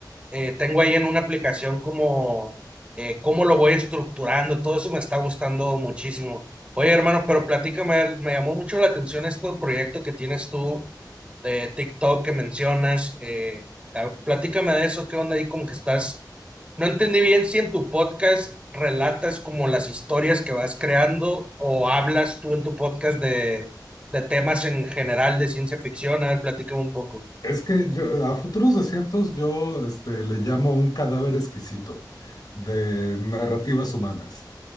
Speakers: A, on the right; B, on the left.
A: eh, tengo ahí en una aplicación como eh, cómo lo voy estructurando, todo eso me está gustando muchísimo. Oye, hermano, pero platícame, a ver, me llamó mucho la atención este proyecto que tienes tú de TikTok que mencionas. eh, a- platícame de eso, qué onda ahí, como que estás. No entendí bien si en tu podcast relatas como las historias que vas creando o hablas tú en tu podcast de, de temas en general de ciencia ficción. A ver, platícame un poco.
B: es que yo a Futuros Desiertos yo este, le llamo un cadáver exquisito de narrativas humanas.